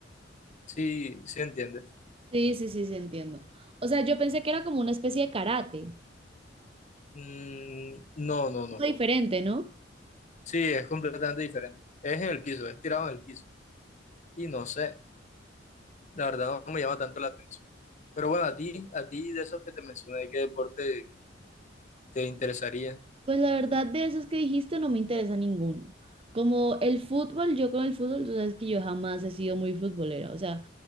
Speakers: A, on the left; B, on the right.
A: Sí, sí entiendes.
B: Sí, sí, sí, sí, entiendo. O sea, yo pensé que era como una especie de karate.
A: Mm, no, no, no.
B: diferente, ¿no?
A: Sí, es completamente diferente. Es en el piso, es tirado en el piso. Y no sé, la verdad no me llama tanto la atención. Pero bueno, a ti, a ti de esos que te mencioné, ¿qué deporte te interesaría?
B: Pues la verdad de esos que dijiste no me interesa ninguno. Como el fútbol, yo con el fútbol, tú sabes que yo jamás he sido muy futbolera, o sea,